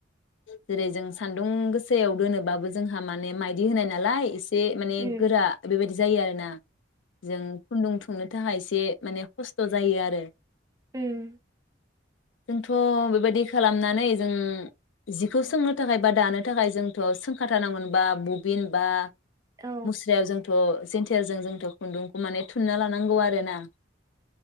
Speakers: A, on the left (about 85°); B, on the right (about 20°).
A: जेरै जों सान्दुं गोसायाव दोनोबाबो जोंहा माने माइदि होनाय नालाय एसे माने
B: औ
A: गोरा बेबायदि जायो आरोना जों खुन्दुं थोंनो थाखाय एसे माने खस्थ' जायो आरो
B: उम
A: जोंथ' बेबायदि खालामनानै जों जिखौ सोंनो थाखाय बा दानो थाखाय जोंथ' सोंखाथारनांगोन बा बबिन बा
B: औ ओ
A: मुस्रायाव जोंथ' जेन्थेरजों जोंथ' खुन्दुंखौ माने थुनना लानांगौ आरो ना